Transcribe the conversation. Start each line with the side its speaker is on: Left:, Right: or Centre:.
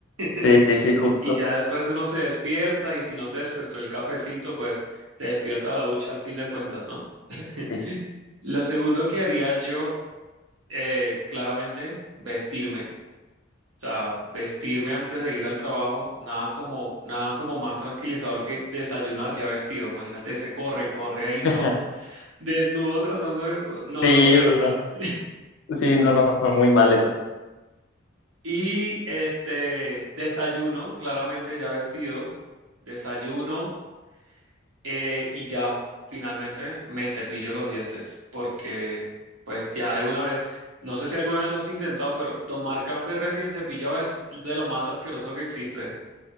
Right: <laughs>
Left: Sí, sí, sí, justo.
Right: Y ya después uno se despierta y si no te despertó el cafecito, pues te despierta la ducha al fin de cuentas, ¿no? <laughs>
Left: Sí.
Right: Lo segundo que haría yo, eh, claramente, vestirme. O sea, vestirme antes de ir al trabajo, nada como, nada como más tranquilizador que desayunar ya vestido. Imagínate ese corre, corre ahí uno
Left: <laughs>
Right: desnudo tratando de... co- No,
Left: Sí,
Right: no, no, no,
Left: justo.
Right: no.
Left: Sí, no, no, no, muy mal eso.
Right: Y este, desayuno, claramente ya vestido. Desayuno. Eh, y ya, finalmente me cepillo los dientes, porque pues ya de una vez, no sé si alguna vez lo has intentado, pero tomar café recién cepillado es de lo más asqueroso que existe.